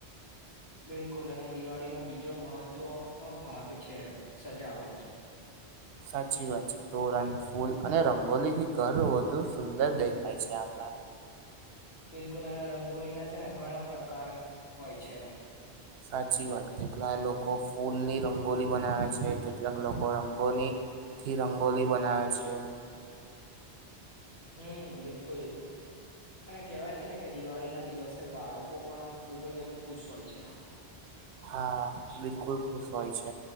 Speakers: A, on the left (about 70°); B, on the right (about 70°).
A: બિલકુલ અને દિવાળી નો બીજો મહત્વ નો ભાગ છે, સજાવટ
B: સાચી વાત છે તોરણ ફૂલ અને રંગોલીથી ઘર વધુ સુંદર દેખાય છે, આપણાને
A: બિલકુલ અને રંગોલી ના છે ને ઘણા પ્રકાર હોય છે,
B: સાચી વાત કેટલા લોકો ફૂલની રંગોલી બનાવે છે, કેટલાક લોકો રંગોની થી રંગોલી બનાવે છે,
A: હમ બિલકુલ અને કેહેવાય છે ને કે દિવાળી ના દિવસ બાળકો પણ આમ ખુબ જ એમ ખુશ હોય છે,
B: હા બિલકુલ ખુશ હોય છે,